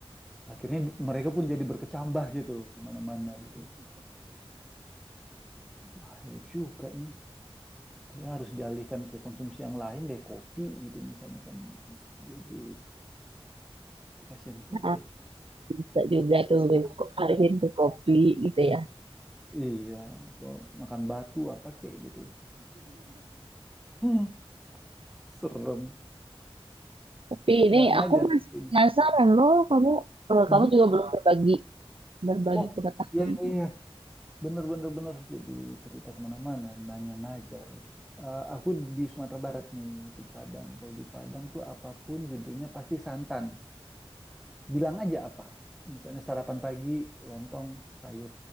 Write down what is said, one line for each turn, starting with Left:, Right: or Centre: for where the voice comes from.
Centre: Akhirnya d- mereka pun jadi berkecambah gitu loh di mana-mana gitu. Bahaya juga nih. Kayaknya harus dialihkan ke konsumsi yang lain deh, kopi gitu misalnya kan. Jadi kasihan juga
Right: nah,
Centre: ya.
Right: bisa juga tuh
Centre: Enak banget
Right: alihin
Centre: gitu.
Right: ke kopi gitu ya.
Centre: Iya, kalau makan batu apa kek gitu. Hmm, serem.
Right: Tapi ini
Centre: nggak ngajar
Right: aku masih
Centre: ini.
Right: penasaran loh, kamu eh,
Centre: Mhm.
Right: kamu juga belum berbagi berbagi
Centre: Oh,
Right: pengetahuan.
Centre: iya iya iya. bener bener bener. Jadi cerita kemana-mana, nanya ngajar lagi. Eh, aku di Sumatera Barat nih, di Padang. Kalau di Padang tuh apapun judulnya pasti santan. Bilang aja apa. Misalnya sarapan pagi lontong sayur,